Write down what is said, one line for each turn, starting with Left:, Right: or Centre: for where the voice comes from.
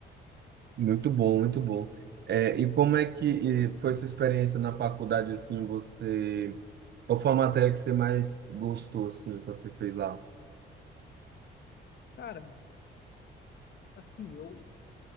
Right: Muito bom, muito bom. É, e como é que
Left: Hum.
Right: e foi sua experiência na faculdade, assim, você... Qual foi a matéria que você mais gostou, assim, quando você fez lá?
Left: Cara, assim, eu.